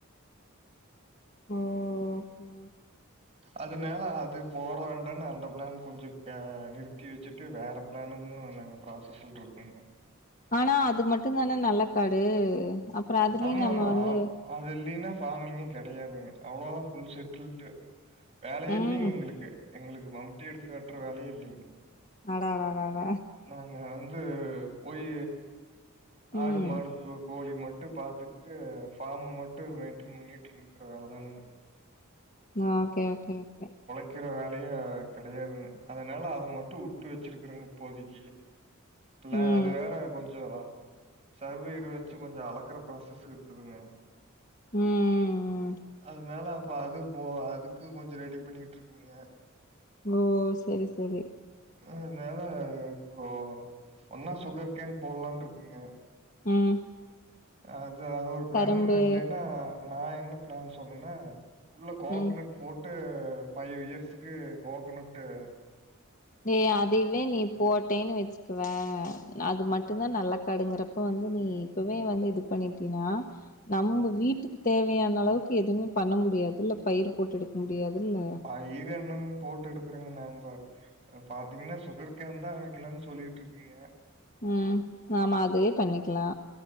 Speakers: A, on the left; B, on the right.
A: ஓஃபு
B: அதனால அது போட வேண்டாம்னு அந்த ப்ளான் கொஞ்சோ நிறுத்தி வச்சுட்டு வேற ப்ளானு நாங்க ப்ராசஸ்ல்ல இருக்குங்க
A: ஆனா அது மட்டும் தான நல்ல காடு அப்றோ அதுலயு
B: ஆமாமா.
A: நம்ம வந்து
B: அது இல்லைன்னா ஃபார்மிங்கே கெடையாதுங்க அவ்வளோதா ஃபுல் செட்டில்டு வேலையே
A: ம்
B: இல்லீங்க எங்ளுக்கு எங்களுக்கு மம்ட்டி எடுத்து வெட்டுற வேலையே இல்லிங்க
A: அடாடாடாட
B: நாங்க வந்து போய் ஆடு
A: ம்
B: மாடுக்கு கோழி மட் டு பாத்துக்கிட்டு பார்ம்ம மட்டு மெயின்டன் பண்ணிட்டு இருந்க்குற வேலதானுங்க
A: னாகே ஓகே ஓகே
B: க்கிற வேலையே கெடையாதுங்க அத்னால அத மட்டு வுட்டு வச்சிருக்குறேங்க இப்போதிக்கி ப்லா
A: ம்
B: அது வேற கொஞ் ஜோ வா சர்வேரை வச்சு கொஞ்ச அளக்குற ப்ராசஸ் இருக்குதுங்க
A: ம் ம் ம்
B: அத்னால அப்ப அது போ அதுக் க்கு கொஞ்சோ ரெடி பண்ணிட்டு இருக்குங்க
A: ஓ சேரி சேரி
B: அத்னால இப்போ ஒன்னா சுகர் கேன் போட்லானு இருக்குங்க
A: ம்
B: அது அது ஒரு ப்ளான்
A: கரும்பு
B: இல்லைன்னா நா என்ன பிளான் சொன்னேன்னா உள்ள கோகனட்
A: ம்
B: போட்டு ஃபைவ் இயர்ஸுக்கு கோகனட்டு்
A: ஏ அதுவே நீ போட் டேன்னு வச்சுக்வே அது மட்டும் தா நல்லா கடுங்குறப்ப வந்து நீ இப்பவே வந்து இது பண்ணிட்டி‌ன்னா நம்ம வீட்டுக்கு தேவையான அளவுக்கு எதுமே பண்ண முடியாதுல்ல பயிர் போட்டு எடுக்க முடியாதுல்ல
B: அத் ஈரியா எண்ணம் போட்டு எடுக்கறங்க நாம்ப பாத்தீங்கன்னா சுகர்கேன் தா அமைக்கலானு சொல்லிட்டு இருக் நீங்க
A: உம் ஆமா அதுவே பண்ணிக்கலா